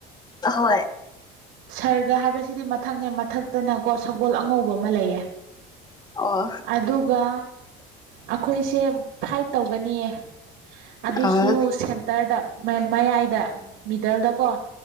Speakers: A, on the left (about 25°); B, on the right (about 75°).
A: ꯍꯣꯏ
B: ꯁꯔꯒ ꯍꯥꯏꯕꯁꯤꯗꯤ ꯃꯊꯛꯅꯦ ꯃꯊꯛꯇꯅꯀꯣ ꯁꯒꯣꯜ ꯑꯉꯧꯕ ꯑꯃ ꯂꯩꯌꯦ
A: ꯑꯣ
B: ꯑꯗꯨꯒ ꯑꯩꯈꯣꯏꯁꯦ ꯐꯥꯏꯠ ꯇꯧꯒꯅꯤꯌꯦ ꯑꯗꯨꯁꯨ
A: ꯑꯥ
B: ꯁꯦꯟꯇꯔꯗ ꯃꯌꯥꯏꯗ ꯃꯤꯗꯜꯗꯀꯣ